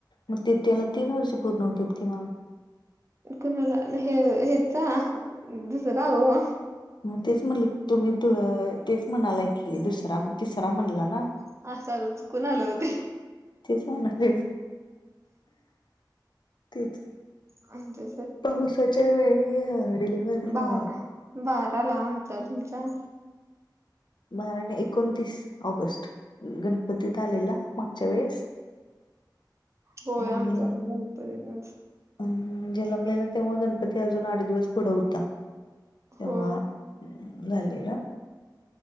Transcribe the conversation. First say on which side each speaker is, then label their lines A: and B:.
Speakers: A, on the left; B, on the right.
A: मग ते तेला तीन वर्ष पूर्ण होतात की मग.
B: कुणाला हे हेचा, दुसरा हो.
A: मग तेच म्हणले तुम्ही तेच, म्हणालाय की दुसरा तिसरा म्हणला ना.
B: असं सॉरी चुकून आलेलं व ते,
A: तेच म्हणाले मी, तेच
B: आमच्या
A: पावसाच्या वेळी डिलिव्हरीला.
B: बारा बाराला आमचा तुमचा.
A: बारा नाही एकोणतीस ऑगस्ट, गणपतीत आलेला मागच्या वेळेस.
B: होयं
A: आणि
B: आमचा आपण गणपतीच.
A: अं जलमलेला तेव्हा गणपती अजून आठ दिवस पुढं होता, तेव्हा
B: होय
A: झालेलं.